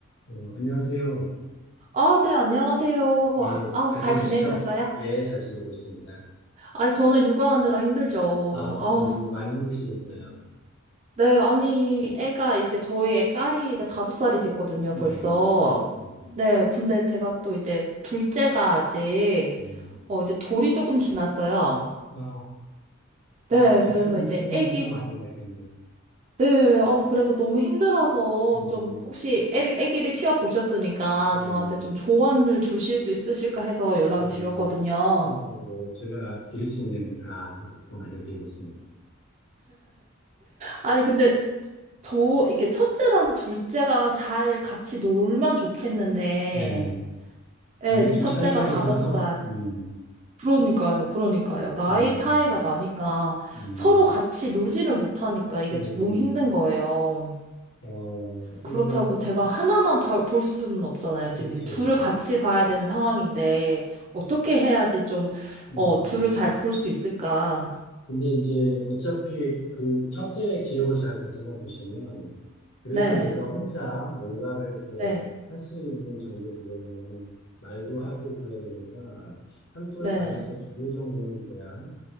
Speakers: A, on the left; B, on the right.
A: 어, 안녕하세요.
B: 아, 네, 안녕하세요.
A: 예,
B: 아, 아우,
A: 잘
B: 잘
A: 지내시죠?
B: 지내셨어요?
A: 예, 잘 지내고 있습니다.
B: 아니, 저는 육아하느라 힘들죠.
A: 아,
B: 아우,
A: 그리고 많이 힘드시겠어요.
B: 네, 아니, 애가 이제 저희 딸이 이제 다섯 살이 됐거든요,
A: 네,
B: 벌써.
A: 네. 음,
B: 네, 근데 제가 또 이제 둘째가 아직,
A: 음.
B: 어, 이제 돌이 조금 지났어요.
A: 아, 진짜
B: 네, 그래서
A: 숨,
B: 이제
A: 숨이
B: 애기,
A: 한참 많이 갈 텐데.
B: 네, 어, 그래서 너무 힘들어서
A: 음,
B: 좀 혹시 애, 애기를 키워보셨으니까
A: 네,
B: 저한테
A: 네.
B: 좀 조언을 주실 수 있으실까 해서 연락을
A: 아,
B: 드렸거든요.
A: 뭐, 제가 드릴 수 있는 건다 알려드리겠습니다.
B: 아니, 근데 저 이렇게 첫째랑 둘째가 잘 같이 놀면 좋겠는데,
A: 네,
B: 예,
A: 아직
B: 이제
A: 좀
B: 첫째가
A: 차이가
B: 다섯
A: 있어서,
B: 살.
A: 음,
B: 그러니까요, 그러니까요. 나이
A: 음,
B: 차이가 나니까
A: 음,
B: 서로 같이 놀지를 못하니까 이게
A: 음,
B: 몸 힘든 거예요.
A: 어,
B: 그렇다고
A: 그러니까,
B: 제가 하나만 봐- 볼 수는 없잖아요. 지금
A: 그렇죠.
B: 이게 둘을 같이 봐야 되는 상황인데, 어떻게 해야지 좀,
A: 음,
B: 어, 둘을 잘 볼 수 있을까?
A: 근데 이제 어차피 그 첫째 기억을 잘 다듬어 보시면 그래도
B: 네,
A: 얘가 혼자 뭔가를 이렇게
B: 네,
A: 할 수 있는 정도 되려면 한 말도 하고 그래야 되니까 한 돌
B: 네.
A: 반에서 두 돌 정도는 돼야